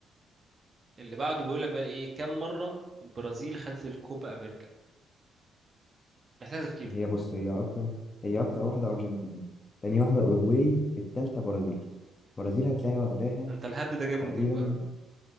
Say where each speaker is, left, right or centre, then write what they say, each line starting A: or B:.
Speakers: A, on the right; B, on the left.
A: اللي بعده بيقول لك بقى ايه كم مره البرازيل خدت الكوبا امريكا محتاج تفكير
B: ما
A: دي
B: هي بص هي اكتر هي اكتر واحده ارجنتين تاني واحده اوروجواي التالتة برازيل برازيل هتلاقيها واخداها
A: انت الهد ده جابه
B: تقريبا
A: منين بقى